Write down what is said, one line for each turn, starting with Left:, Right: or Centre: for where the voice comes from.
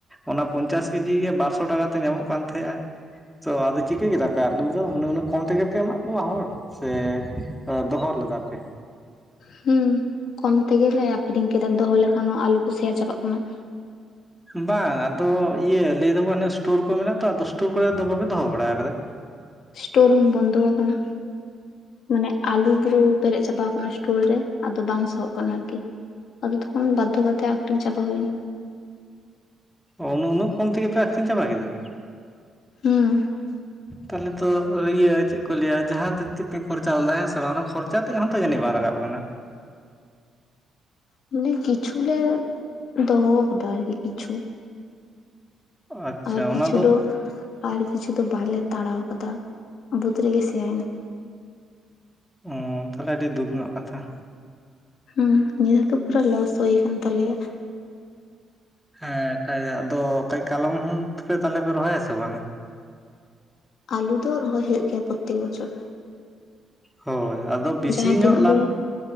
Centre: ᱚᱱᱟ ᱯᱚᱸᱧᱪᱟᱹᱥ ᱠᱮᱡᱤ ᱜᱮ ᱵᱟᱨᱥᱚ ᱴᱟᱠᱟ ᱛᱮ ᱧᱟᱢᱚᱜ ᱠᱟᱱ ᱛᱟᱦᱮᱸᱡ-ᱟ ᱾ ᱛᱚ ᱟᱫᱚ ᱪᱤᱠᱟᱹ ᱠᱮᱫᱟ ᱯᱮ ᱟᱞᱩ ᱫᱚ, ᱩᱱᱟᱹᱜ ᱩᱱᱟᱹᱜ ᱠᱚᱢ ᱛᱮᱜᱮ ᱯᱮ ᱮᱢᱟᱜ ᱠᱚᱣᱟ ᱦᱚᱲ? ᱥᱮ ᱮᱸ ᱫᱚ ᱦᱚᱸ ᱞᱮᱫᱟ ᱯᱮ?
Left: ᱦᱩᱸ ᱠᱚᱢ ᱛᱮᱜᱮᱞᱮ ᱟᱹᱠᱷᱨᱤᱧ ᱠᱮᱫᱟ᱾ ᱫᱚᱦᱚᱸ ᱞᱮᱠᱷᱟᱱ ᱦᱚᱸ ᱟᱞᱩ ᱠᱚ ᱥᱮᱭᱟ ᱪᱟᱵᱟᱜ ᱠᱟᱱᱟ ᱾
Centre: ᱵᱟᱝ ᱟᱫᱚ ᱤᱭᱟᱹ ᱞᱟᱹᱭ ᱫᱚᱠᱚ ᱚᱱᱮ ᱥᱴᱳᱨ ᱠᱚ ᱢᱮᱱᱟᱜ ᱫᱚ ᱟᱫᱚ ᱥᱴᱳᱨ ᱠᱚᱨᱮ ᱫᱚ ᱵᱟᱯᱮ ᱫᱚᱦᱚ ᱵᱟᱲᱟ ᱠᱟᱫᱟ?
Left: ᱥᱴᱳᱨ ᱦᱚᱢ ᱵᱚᱱᱫᱚ ᱠᱟᱱᱟ, ᱢᱟᱱᱮ ᱟᱞᱩ ᱜᱨᱚ ᱯᱮᱨᱮᱡ ᱪᱟᱵᱟ ᱠᱟᱱᱟ ᱥᱴᱳᱨ ᱨᱮ, ᱟᱫᱚ ᱵᱟᱝ ᱥᱟᱦᱚᱵ ᱠᱟᱱᱟ ᱟᱹᱨᱠᱤ ᱾ ᱟᱫᱚ ᱛᱚᱠᱷᱚᱱ ᱵᱟᱫᱷᱚ ᱠᱟᱛᱮ ᱟᱹᱠᱷᱨᱤᱧ ᱪᱟᱵᱟ ᱦᱩᱭᱱᱟ ᱾
Centre: ᱚ ᱩᱱᱟᱹᱜ ᱩᱱᱟᱹᱜ ᱠᱚᱢ ᱛᱮᱜᱮ ᱯᱮ ᱟᱹᱠᱷᱨᱤᱧ ᱪᱟᱵᱟ ᱠᱮᱫᱟ?
Left: ᱦᱩᱸ ᱾
Centre: ᱛᱟᱦᱚᱸᱞᱮ ᱛᱚ ᱤᱭᱟᱹ ᱪᱮᱜ ᱠᱚ ᱞᱟᱹᱭᱟ ᱡᱟᱦᱟᱸ ᱛᱤᱨ ᱛᱤ ᱯᱮᱠ ᱠᱷᱚᱨᱪᱟ ᱞᱮᱫᱟ ᱦᱮᱸ ᱥᱮ ᱵᱟᱝ ᱠᱷᱚᱨ ᱪᱟ ᱛᱮᱫ ᱦᱚᱸᱛᱚ ᱡᱟᱹᱱᱤᱡ ᱵᱟᱝ ᱨᱟᱠᱟᱵ ᱟᱠᱟᱱᱟ?
Left: ᱢᱟᱱᱮ ᱠᱤᱪᱷᱩ ᱞᱮ ᱫᱚᱦᱚᱸ ᱠᱟᱫᱟ ᱟᱹᱨᱠᱤ ᱠᱤᱪᱷᱩ ᱾
Centre: ᱟᱪᱪᱷᱟ
Left: ᱟᱨ ᱠᱤᱪᱷᱩ
Centre: ᱚᱱᱟ
Left: ᱫᱚ, ᱟᱨ ᱠᱤᱪᱷᱩ ᱫᱚ ᱵᱟᱞᱮ ᱛᱟᱲᱟᱣ ᱠᱟᱫᱟ, ᱵᱟᱹᱫᱽ ᱨᱮᱜᱮ ᱥᱮᱭᱟᱭ ᱱᱟ ᱾
Centre: ᱚᱻ ᱛᱟᱦᱚᱸᱞᱮ ᱟᱹᱰᱤ ᱫᱩᱠ ᱨᱮᱱᱟᱜ ᱠᱟᱛᱷᱟ ᱾
Left: ᱦᱩᱸ ᱱᱮᱥ ᱫᱚ ᱯᱩᱨᱟ ᱞᱚᱥ ᱦᱩᱭ ᱠᱟᱱ ᱛᱟᱞᱮᱭᱟ ᱾
Centre: ᱦᱮᱸ ᱠᱟᱭᱟᱡ ᱫᱚ ᱠᱟᱡ ᱠᱟᱞᱚᱢ ᱦᱚᱢ ᱛᱟᱞᱮᱯᱮ ᱨᱚᱦᱚᱭᱟ ᱥᱮ ᱵᱟᱝ-ᱟ?
Left: ᱟᱞᱩ ᱫᱚ ᱨᱚᱦᱚᱭ ᱦᱳᱭᱳᱜ ᱜᱮᱭᱟ ᱯᱨᱚᱛᱮᱠ ᱵᱚᱪᱷᱚᱨ ᱾
Centre: ᱦᱳᱭ ᱟᱫᱚ ᱵᱮᱥᱤ
Left: ᱡᱟᱦᱟᱸ
Centre: ᱧᱚᱜ
Left: ᱛᱤᱱᱟᱹᱜ
Centre: ᱞᱟᱵᱷ,
Left: ᱜᱮ